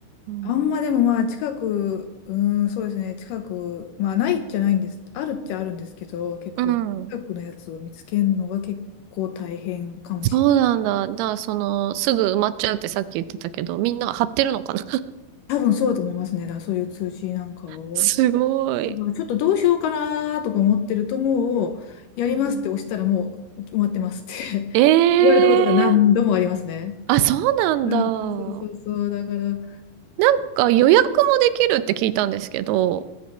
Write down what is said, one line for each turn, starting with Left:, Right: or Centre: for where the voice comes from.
Right: うん、
Left: あんまでもまあ近く、うーん、そうですね、近く、まあないっちゃないんです。あるっちゃあるんですけど、結構近くのやつを見つけるのが結構大変かもしれな
Right: うん。そうなんだ。だから、その、すぐ埋まっちゃうってさっき言ってたけど、みんな貼ってるのかな
Left: い。多分そうだと思いますね。だからそういう通知なんかを。
Right: <laughs> すごい。
Left: だからちょっとどうしようかなとか思ってるともう、やりますって押したらもう決まってますって
Right: うん。ええー。
Left: <laughs> 言われたことが何度もありますね。
Right: あ、そうなんだ。
Left: うん、そうそうそう。だから、
Right: なんか予約もできるって聞いたんですけど、